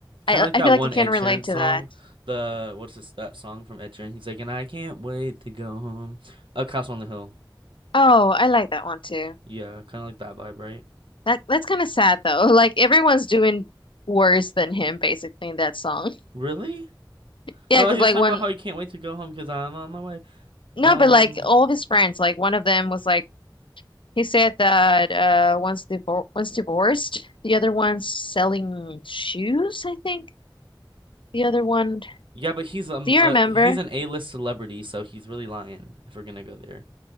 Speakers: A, on the right; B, on the left.
A: Kind
B: I
A: of like
B: I
A: that
B: feel like
A: one
B: I can
A: Ed
B: relate
A: Sheeran
B: to
A: song.
B: that.
A: The what's this that song from Ed Sheeran? He's like, and I can't wait to go home. A Castle on the Hill.
B: Oh, I like that one too.
A: Yeah, kind of like that vibe, right?
B: That that's kind of sad though. <laughs> Like everyone's doing worse than him basically in that song. <laughs>
A: Really?
B: Yeah,
A: I thought
B: because
A: he
B: like
A: was talking
B: when
A: about how he can't wait to go home because I'm on my way.
B: no,
A: Um,
B: but like all of his friends, like one of them was like he said that uh once divor once divorced, the other one's selling shoes, I think. The other one,
A: yeah, but he's um
B: do you
A: uh,
B: remember?
A: he's an A-list celebrity, so he's really lying if we're gonna go there.